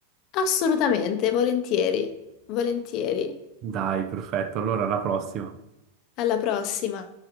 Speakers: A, on the left; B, on the right.
A: Assolutamente, volentieri, volentieri.
B: Dai, perfetto, allora alla prossima.
A: Alla prossima.